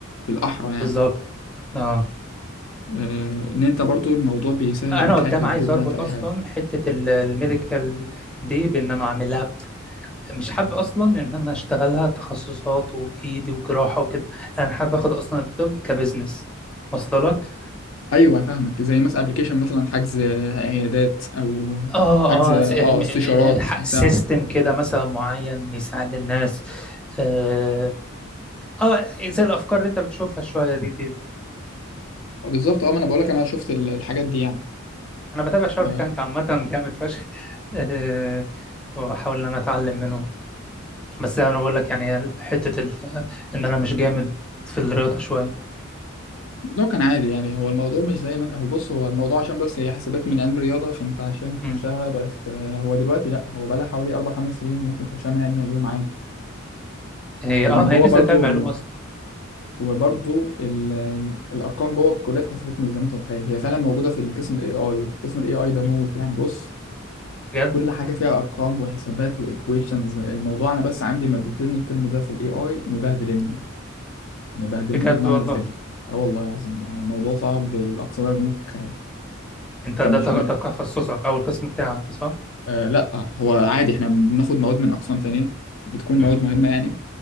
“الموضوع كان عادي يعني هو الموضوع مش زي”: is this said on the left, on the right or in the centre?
Left